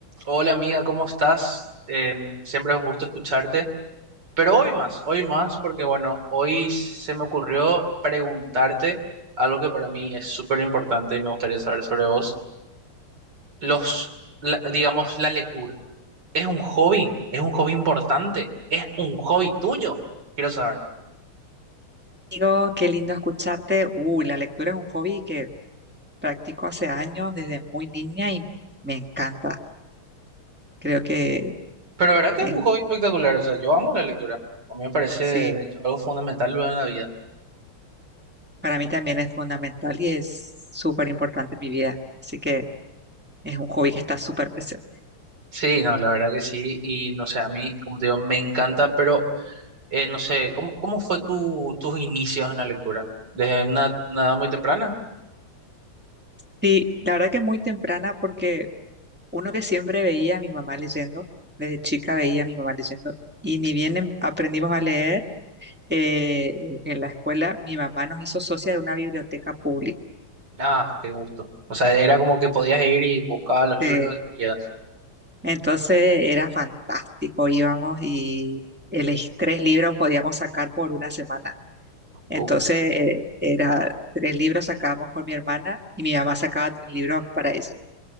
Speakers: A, on the right (about 50°); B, in the centre.
A: Hola amiga, ¿cómo estás? Eh, siempre es un gusto escucharte, pero hoy más, hoy más, porque bueno, hoy se me ocurrió preguntarte algo que para mí es súper importante y me gustaría saber sobre vos. Los, la- digamos, la lectura. ¿Es un hobby? ¿Es un hobby importante? ¿Es un hobby tuyo? Quiero saber.
B: Digo, qué lindo escucharte. Uy, la lectura es un hobby que practico hace años, desde muy niña, y me encanta. Creo que
A: Pero ¿verdad que
B: es,
A: es un hobby espectacular? O sea, yo amo la lectura. A mí me parece,
B: sí,
A: de hecho, algo fundamental en la vida.
B: para mí también es fundamental y es súper importante en mi vida. Así que es un hobby que está súper presente.
A: Sí, no, la verdad que sí. Y no sé, a mí, como te digo, me encanta, pero... Eh, no sé, ¿cómo, cómo fue tu, tus inicios en la lectura? ¿Desde una, una edad muy temprana?
B: Sí, la verdad que muy temprana, porque uno que siempre veía a mi mamá leyendo, desde chica veía a mi mamá leyendo, y ni
A: Sí.
B: bien em- aprendimos a leer eh, en la escuela, mi mamá nos hizo socia de una biblioteca pública.
A: Ah, qué gusto. O sea, era como que podías ir y buscabas los libros
B: Este,
A: que querías.
B: Entonces era fantástico, íbamos y el es- tres libros podíamos sacar por una semana. Entonces
A: Uf,
B: eh, era tres libros sacábamos por mi hermana y mi mamá sacaba tres libros para ella.